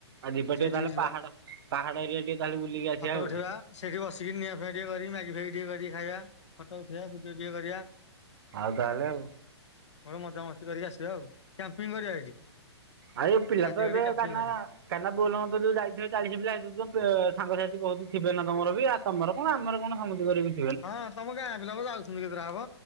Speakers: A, on the right (about 55°); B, on the left (about 85°).
A: ଆ ଯିବାଟିକେ
B: ସେଇଠିକି
A: ତାହେଲେ
B: ଯିବା
A: ପାହାଡ ପାହାଡ ଏରିଆ ଟିକେ ତାହେଲେ ବୁଲିକି ଆସିବା
B: ଫଟୋ
A: ଆଉ।
B: ଉଠେଇବା ସେଇଠି ବସିକି ନିଆ ଫିଆଁ ଟିକେ କରିକି ମ୍ୟାଗି ଫ୍ୟାଗି ଟିକେ କରିକି ଖାଇବା ଫଟୋ ଉଠେଇବା ଭିଡିଓ ଟିକେ କରିବା।
A: ଆଉ ତାହେଲେ ଆଉ।
B: ହଉ ମଜାମସ୍ତି କରିକି ଆସିବା ଆଉ କ୍ୟାମ୍ପିଙ୍ଗ କରିବା ଏଇଠି।
A: ଆଈ ଯୋଉ ପିଲାତ
B: ରାତି ଏଠି
A: ଏବେ
B: କ୍ୟାମ୍ପିଂ
A: କାରନାମା।
B: କରିବା।
A: କାହିଁନା ବୋଲବମ୍ ତ ଯୋଉ ଯାଇଥିବେ ଚାଳିଶି ପିଲା ସେଥିରୁ ଯେଉଁ ପେ ସାଙ୍ଗସାଥି ବହୁତ ଥିବେ ନା ତମର ବି ଆଉ। ତମର କଣ ଆମର କଣ ସମିତିଙ୍କରବି।
B: ହଁ ତମ ଗାଁ ପିଲା ବା ଯାଉଛନ୍ତି କେତେଟା ହବ